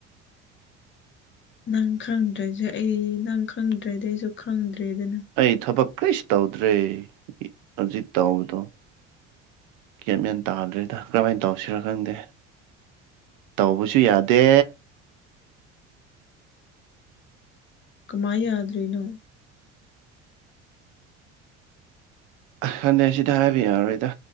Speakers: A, on the left (about 35°); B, on the right (about 60°).
A: ꯅꯪ ꯈꯪꯗ꯭ꯔꯁꯖꯨ ꯑꯩ ꯅꯪ ꯈꯪꯗ꯭ꯔꯗꯤ ꯑꯩꯁꯨ ꯈꯪꯗ꯭ꯔꯦꯗꯨꯅꯤ
B: ꯑꯩ ꯊꯕꯛ ꯀꯔꯤꯁꯨ ꯇꯧꯗ꯭ꯔꯦ ꯍꯧꯖꯤꯛ ꯇꯧꯕꯗꯣ ꯒ꯭ꯌꯥꯟ ꯃꯦꯟ ꯇꯥꯗꯔꯦꯗ ꯀꯔꯝꯃꯥꯏꯅ ꯇꯧꯔꯁꯤꯔꯥ ꯈꯪꯗꯦ ꯇꯧꯕꯁꯨ ꯌꯥꯗꯦ
A: ꯀꯃꯥꯏ ꯌꯥꯗ꯭ꯔꯤꯅꯣ
B: ꯈꯪꯗꯦ ꯑꯁꯤꯗ ꯍꯥꯏꯕ ꯌꯥꯔꯣꯏꯗ